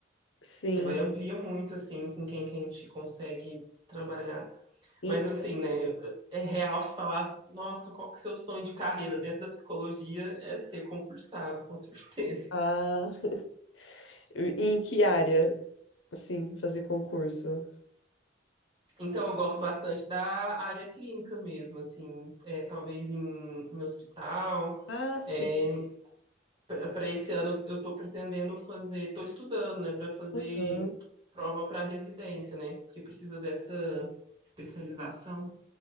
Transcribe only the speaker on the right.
É, vai amplia muito assim com quem que a gente consegue trabalhar.
Mas assim, né, é real se falar, nossa, qual que é o seu sonho de carreira dentro da psicologia é ser concursado, com certeza.
Então eu gosto bastante da área clínica mesmo, assim, é, talvez em, em hospital,
é, para esse ano eu estou pretendendo fazer, estou estudando, né, para fazer
prova para residência, né, porque precisa dessa especialização.